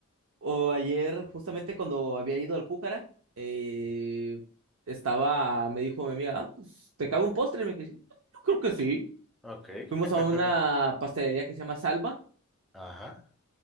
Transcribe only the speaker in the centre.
Ok.
<laughs>
Ajá.